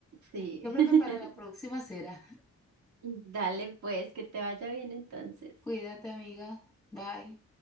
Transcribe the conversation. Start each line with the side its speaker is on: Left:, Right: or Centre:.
Right: sí.
Centre: Yo creo
Right: <laughs>
Centre: que para la próxima será.
Right: Dale, pues, que te vaya bien entonces.
Centre: Cuídate, amiga. Bye.